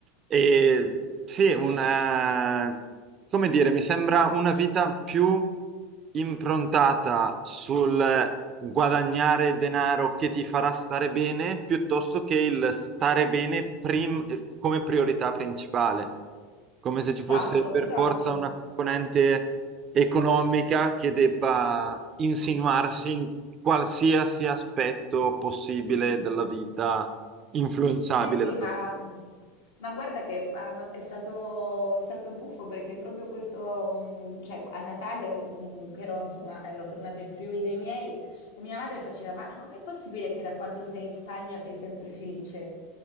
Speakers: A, on the right; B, on the left.
A: E sì, un eh, come dire, mi sembra una vita più improntata sul guadagnare denaro che ti farà stare bene, piuttosto che il stare bene prim- come priorità principale, come se ci fosse
B: esatto,
A: per
B: esatto.
A: forza una componente economica che debba insinuarsi in qualsiasi aspetto possibile della vita influenzabile
B: Sì, sì,
A: da
B: ma,
A: questo.
B: mhmm, ma guarda che ah, ma è stato, è stato buffo perché proprio questo, mm, cioè a Natale, mm, che ero, insomma, ero tornata in Friuli dai miei, e mia madre faceva, ma com'è possibile che da quando sei in Spagna sei sempre felice?